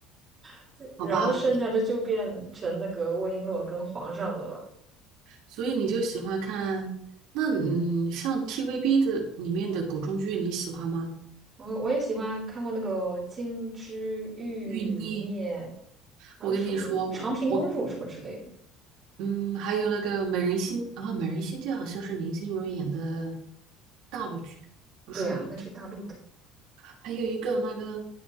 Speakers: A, on the right; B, on the right.
A: <laughs>
B: 好吧？
A: 然后剩下的就变成那个魏璎珞跟皇上的了。
B: 所以你就喜欢看，那嗯，像 TVB 的里面的古装剧，你喜欢吗？
A: 我我也喜欢看过那个《金枝欲孽》，
B: 玉妮，
A: 还有什么《长平公主》什么之类的。
B: 我跟你说，我我嗯，还有那个美人心啊，美人心计好像是林心如演的大陆剧，不属于，
A: 对啊，那是大陆的
B: 还有一个那个